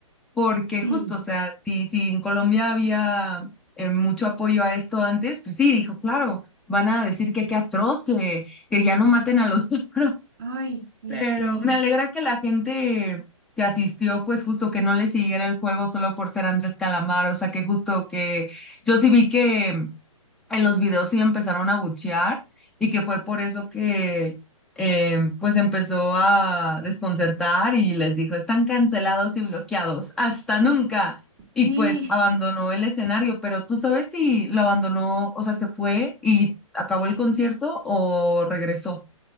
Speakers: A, in the centre; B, on the right.
A: porque
B: Sí,
A: justo, o sea, si, si en Colombia había eh, mucho apoyo a esto antes, pues sí, dijo, claro, van a decir que qué atroz, que, que ya no maten a los toros. <laughs>
B: ay, sí,
A: Pero me alegra que la gente que asistió, pues justo que no le siguiera el juego solo por ser Andrés Calamar, o sea, que justo que yo sí vi que en los videos sí lo empezaron a buchear y que fue por eso que em, pues empezó a desconcertar y les dijo, están cancelados y bloqueados, hasta nunca.
B: sí,
A: Y pues abandonó el escenario, pero tú sabes si lo abandonó, o sea, se fue y acabó el concierto o regresó.